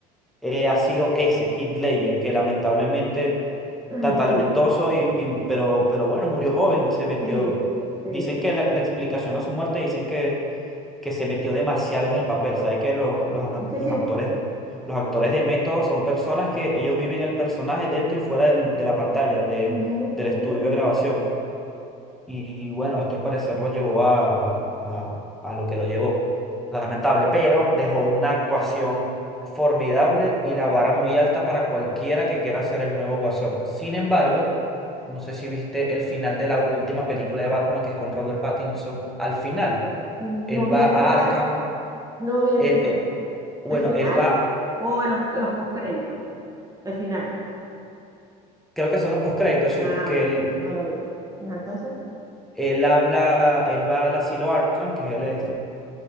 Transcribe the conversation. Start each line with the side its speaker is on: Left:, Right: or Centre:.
Centre: eh, ha sido ese, Heath Ledger, que lamentablemente
Right: Ay,
Centre: tan talentoso
Right: sí.
Centre: y, y- pero, pero bueno, murió joven,
Right: Mm.
Centre: se metió.
Right: Sí, sí,
Centre: Dicen
Right: sí.
Centre: que la la explicación a su muerte, dicen que que se metió demasiado en el papel. Sabe que los, los, ac-
Right: Sí,
Centre: los
Right: sí.
Centre: actores, los actores de método son personas que ellos viven el personaje dentro y fuera del- de la pantalla, de,
Right: Ujú,
Centre: del estudio
Right: ujú, ujú,
Centre: de grabación.
Right: ujú.
Centre: Y, y bueno, esto al parecer lo llevó a, a- a lo que lo llevó. Lamentable, pero dejó una actuación formidable y la vara muy alta para cualquiera que quiera ser el nuevo Guasón. Sin embargo, no sé si viste el final de la última película de Batman, que es con Robert Pattinson. Al final,
Right: Mm,
Centre: él
Right: No vi
Centre: va
Right: el
Centre: a
Right: final.
Centre: Arkham,
Right: No vi el
Centre: él,
Right: final.
Centre: eh, bueno,
Right: ¿El final?
Centre: él va,
Right: O los, los postcréditos. El final.
Centre: creo que son los postcréditos, sí,
Right: Ah,
Centre: que
Right: ver,
Centre: él,
Right: eso no lo vi. Ajá, entonces.
Centre: él habla, él va al asilo Arkham, que es